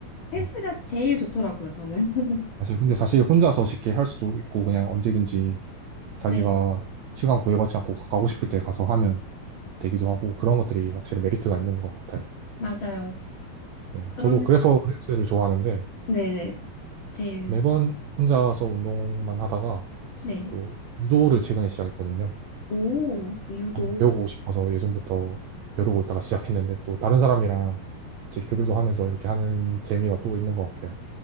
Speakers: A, on the left; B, on the right.
A: 헬스가
B: 음,
A: 제일 좋더라고요, 저는. <laughs>
B: 맞아요. 근데 사실 혼자서 쉽게 할 수도 있고 그냥 언제든지 자기가
A: 네,
B: 시간 구애받지 않고 가고 싶을 때 가서 하면 되기도 하고 그런 것들이 확실히 메리트가 있는 것 같아요.
A: 맞아요.
B: 네,
A: 그러면
B: 저도 그래서 헬스를 좋아하는데
A: 네, 네. 제일
B: 매번 혼자서 운동만 하다가
A: 네.
B: 또 유도를 최근에 시작했거든요.
A: 오, 유도.
B: 한번 배워보고 싶어서 예전부터 배우고 있다가 시작했는데 또 다른 사람이랑 같이 교류도 하면서 이렇게 하는 재미가 또 있는 것 같아요.